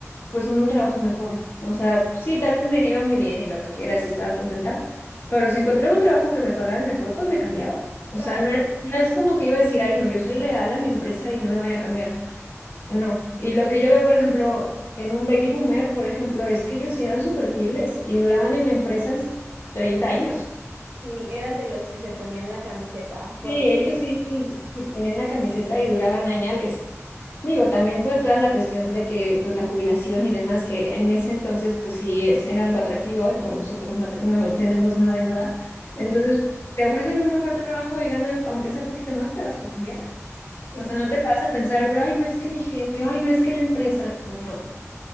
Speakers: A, on the left (about 45°); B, on the right (about 30°).
A: pues un trabajo mejor. O sea, sí, tal vez me iba muy bien y lo que quiera, sí estaba contenta, pero si encontraba un trabajo que me pagaran mejor, pues me cambiaba. O
B: claro.
A: sea, no era, no es como que iba a decir, ay, no, yo soy leal a mi empresa y no me voy a cambiar. No, y lo que yo veo, por ejemplo, en un baby boomer, por ejemplo, es que ellos sí eran súper fieles y duraban en la empresa 30 años.
B: Sí, eran de los que se ponían la camiseta por
A: Sí,
B: la...
A: ellos sí se ponían la camiseta y duraban añales. Digo, también pues toda la cuestión de que pues la jubilación y demás, que en ese entonces pues sí es, era algo atractivo, eh, con nosotros no, te- no tenemos nada de nada.
B: Sí,
A: Entonces pues, te ofrecen un mejor trabajo y ganas, aunque sea poquito más, te vas a cambiar.
B: sí,
A: O sea,
B: claro,
A: no te vas a pensar, pero ay, no es que mi jefe, ay, no es que la empresa, no.